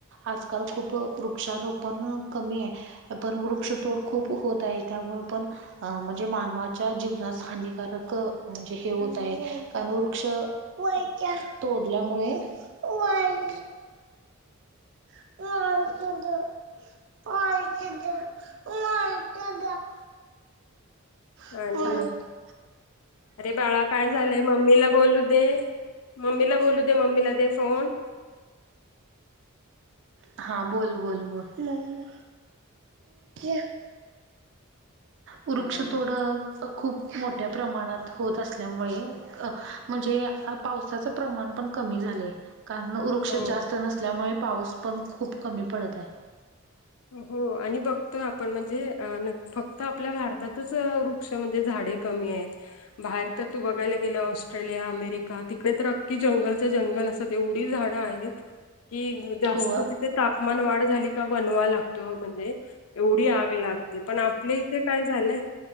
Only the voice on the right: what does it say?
आजकाल खूप वृक्ष वृक्षारोपण कमी आहे पण वृक्षतोड खूप होत आहे त्यामुळे पण अ म्हणजे मानवाच्या जीवनास हानिकारक म्हणजे हे होत आहे कारण वृक्ष वायच्या तोडल्यामुळे वाय वयाचा दया <unintelligible> मम्मी
हा बोल बोल बोल <unintelligible> वृक्ष
तोडं खूप मोठ्या प्रमाणात होत असल्यामुळे अ म्हणजे पावसाचं प्रमाण पण कमी झालय कारण वृक्ष
जास्त नसल्यामुळे पाऊस पण खूप कमी पडत आहे
<inaudible>
हो.